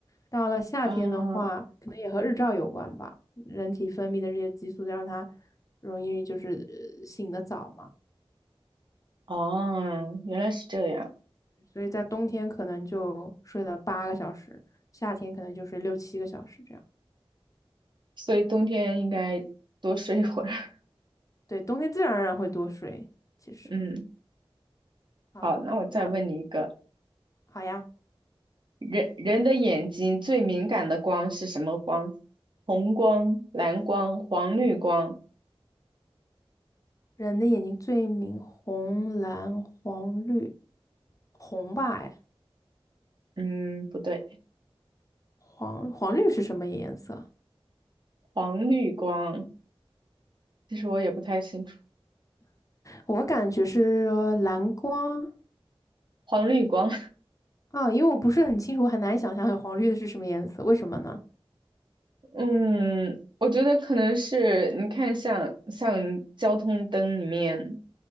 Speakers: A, on the left; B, on the right.
A: 到了夏天的话，
B: 啊，
A: 可能也和日照有关吧，人体分泌的这些激素让它容易就是呃醒得早嘛，
B: 哦，原来是这样，
A: 所以在冬天可能就睡了八个小时，夏天可能就睡六七个小时这样。
B: 所以冬天应该多睡一会儿。<laughs>
A: 对，冬天自然而然会多睡，其实。
B: 嗯，
A: 好，
B: 好，那我再问你一个，
A: 那好呀。
B: 人人的眼睛最敏感的光是什么光？红光、蓝光、黄绿光。
A: 人的眼睛最明红、蓝、黄、绿，红吧？哎，
B: 嗯，不对，
A: 黄黄绿是什么颜色？
B: 黄绿光，其实我也不太清楚。
A: 我感觉是呃蓝光，
B: 黄绿光，
A: 啊，因为我不是很清楚，我很难想象黄绿的是什么颜色，为什么呢？
B: <laughs> 嗯，我觉得可能是你看像像交通灯里面，